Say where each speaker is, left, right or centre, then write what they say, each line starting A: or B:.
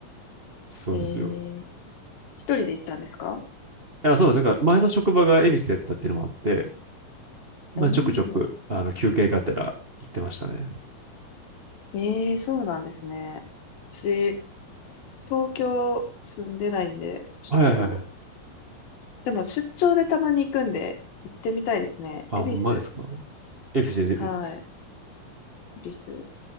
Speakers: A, on the right (about 60°); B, on the left (about 75°).
A: そうですよ。
B: ええ一人で行ったんですか
A: いや、そうなんですよ。か前の職場が恵比寿やったっていうのもあって、まあ、
B: うん。
A: ちょくちょく、あの、休憩がてら行ってましたね。
B: ええそうなんですね。私、東京住んでないんで、ちょっと、
A: はいはいはい。
B: でも出張でたまに行くんで、行ってみたいですね。
A: あ、
B: 恵比寿。
A: ほんまですか恵比寿です、恵比寿です。
B: はい。恵比寿。